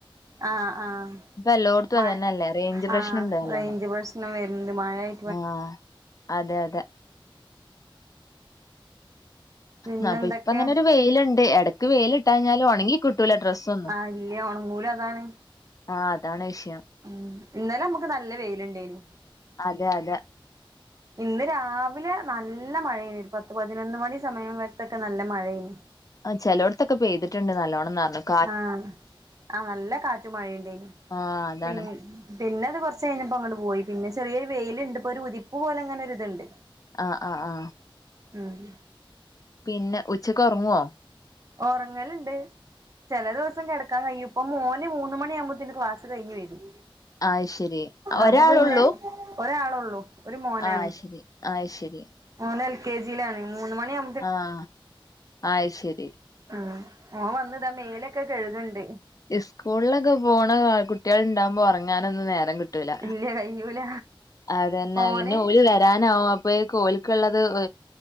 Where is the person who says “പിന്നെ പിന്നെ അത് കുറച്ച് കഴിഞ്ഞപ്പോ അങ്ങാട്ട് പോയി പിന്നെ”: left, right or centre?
Right